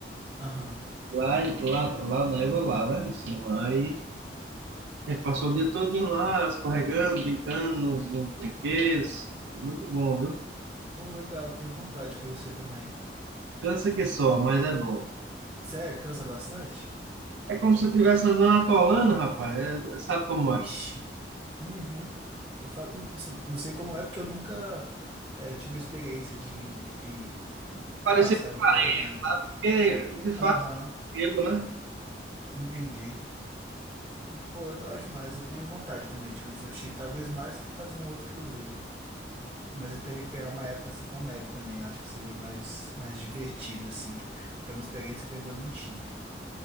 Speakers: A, on the right (about 25°); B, on the right (about 80°).
A: Aham.
B: Lá, lá, lá neva lá, lá em cima. Aí a gente passou o dia todinho lá, escorregando, brincando nos, nos brinquedos. Muito bom, viu?
A: Oh, legal, tenho vontade de conhecer também.
B: Cansa que só, mas é bom.
A: Sério, cansa bastante?
B: É como se eu estivesse andando atolando, rapaz. É- sabe como
A: Ixi.
B: é?
A: Uhum. Eu fa... não assim, não sei como é, porque eu nunca eh, tive experiência de, de
B: Parecia
A: passar
B: com
A: no
B: areia.
A: Lago Neve.
B: Porque, de fato,
A: Aham,
B: eu, né?
A: entendi. Pô, legal demais. Eu tenho vontade também de conhecer o Chile, talvez mais que fazer um outro cruzeiro. Mas eu teria que pegar uma época assim com neve também. Acho que seria mais, mais divertido, assim. Porque é uma experiência que eu ainda não tive.